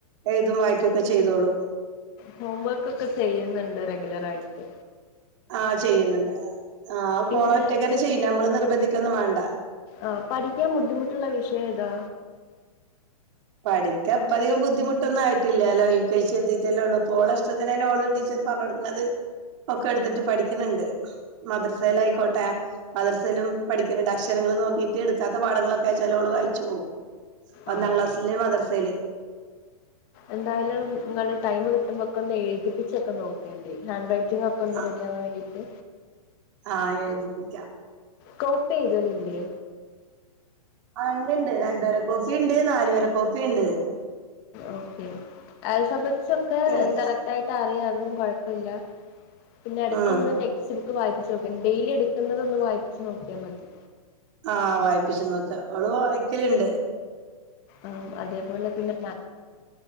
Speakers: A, on the right (about 50°); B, on the left (about 35°).
A: എഴുതും വായിക്കൊക്കെ ചെയ്തോളും.
B: ഹോം വർക്കൊക്കെ ചെയ്യുന്നുണ്ട് റെഗുലർ ആയിട്ട്
A: ആഹ ചെയ്യുന്നുണ്ട് ആ
B: പിന്നെ
A: കോളൊ റ്റക്കന്നെ ചെയ്യ്ണ നമ്മള് നിർബന്ധിക്ക ക്കൊന്നും വേണ്ട
B: ആ പഠിക്കാൻ ബുദ്ധിമുട്ടുള്ള വിഷയം ഏതാ
A: പഠിക്കാ ഇപ്പ അധികം ബുദ്ധിമുട്ടൊന്നും ആയിട്ടില്ലല്ലോ യു കെ ജി എത്തിട്ടല്ലേ ഉള്ളു ഇപ്പോഓള ഇഷ്ടത്തിനന്നെ ഓള് ടീച്ചർ പറഞ്ഞ കൊടുക്കണുന്നത് ഒക്കെ എടുത്തിട്ട് പഠിക്കുന്നുണ്ട് മദ്രസേലായിക്കോട്ടെ മദ്രസേലും പഠിക്കുന്നുണ്ട് അക്ഷരങ്ങള്ൾ നോക്കിട്ട് ഇടുക്കാത്ത പാഠങ്ങളൊക്കെ ചെലോള് വായിച്ചു പോകും ഒന്നാം
B: ആഹ്
A: ക്ലാസ് ല് മദർസയില്
B: എന്തായാലും നിങ്ങള് ടൈം കിട്ടുമ്പോക്കെന്ന് എഴുതിപ്പിച്ചൊക്കെ നോക്കേണ്ടി ഹാൻഡ്റൈ റ്റിങ്ങൊക്കൊന്ന്
A: ആഹ്
B: റെിഡിവാൻ വേണ്ടിട്ട്
A: ആഹ് എഴുതിപ്പിക്കാം.
B: കോപ്പി ചെയ്തതില്ലേ?
A: ആഹ് ഇണ്ട് ഇണ്ട് രണ്ട് വര കോപ്പി ഇണ്ട്, നാലുവര കോപ്പിയുണ്ട്.
B: ഓക്കെ ആൽഫബ്സൊക്കെ
A: ഇത്
B: കറക്റ്റായിട്ട് അറിയാ- ന്നും കൊഴപ്പല്ല പിന്നെ എടക്കൊന്ന്
A: ഉം
B: ടെക്സ്റ്റ്ബുക്ക്‌ ക്ക് വായിപ്പിച്ചോക്കേണ്ടി ഡെയിലി ഇട്ക്കുന്നതൊന്ന് വായിപ്പിച്ച് നോക്കിയാ മതി
A: ആഹ് വായിപിച്ചു നോക്കാ ഓള് വായിക്കല്ണ്ട്
B: ആഹ് അത്പോലെ പിന്നെ ഞാ